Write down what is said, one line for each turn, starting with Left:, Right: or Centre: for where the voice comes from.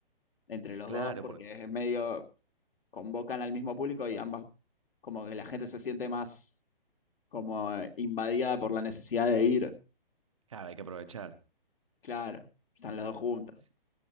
Left: entre los
Right: claro,
Left: dos porque
Right: porque,
Left: es medio convocan al mismo público y ambas como que la gente se siente más como eh, invadida por la necesidad de ir.
Right: claro, hay que aprovechar.
Left: Claro, están los dos juntos.
Right: S-